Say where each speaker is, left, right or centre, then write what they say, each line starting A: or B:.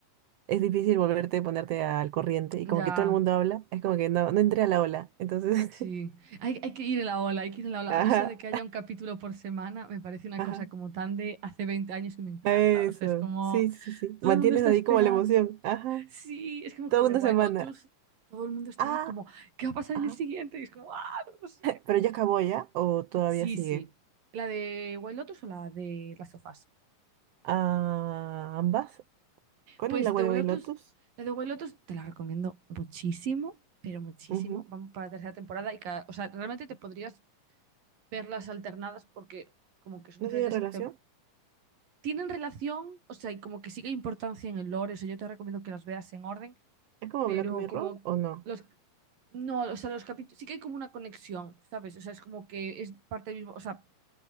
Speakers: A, on the right; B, on the right.
A: es difícil volverte, ponerte al corriente y
B: Ya,
A: como que todo el mundo habla, es como que no, no entré a la ola. Entonces,
B: sí.
A: <laughs>
B: Hay, hay que ir en la ola, hay que ir en la ola.
A: ajá,
B: A mí eso de que haya un capítulo por semana me parece una
A: ajá,
B: cosa como tan de hace 20 años que me encanta.
A: eso,
B: O sea, es como
A: sí, sí, sí, sí.
B: todo
A: Mantienes
B: el mundo está
A: ahí
B: esperando.
A: como la emoción, ajá,
B: Sí, es como
A: toda
B: con The
A: una
B: Wild
A: semana,
B: Lotus, todo el mundo estaba
A: ah,
B: como, ¿qué va a pasar
A: ajá.
B: en el siguiente? Y es como, ah, no lo sé.
A: Pero ya acabó ya o todavía
B: Sí,
A: sigue.
B: sí. ¿La de Wild Lotus o la de las sofás?
A: Ah, ambas. ¿Cuál
B: Pues
A: es la White
B: de Lotus,
A: Lotus?
B: la de White Lotus te la recomiendo muchísimo, pero muchísimo.
A: Ujú.
B: Vamos para la tercera temporada y cada, o sea, realmente te podrías verlas alternadas porque como que son
A: ¿No
B: diferentes,
A: tiene relación?
B: te- tienen relación, o sea, y como que sigue importancia en el lore, o sea, yo te recomiendo que las veas en orden,
A: ¿Es como
B: pero
A: Black Mirror
B: como
A: o no?
B: los no, o sea, los capítulos sí que hay como una conexión, ¿sabes? O sea, es como que es parte del mismo, o sea,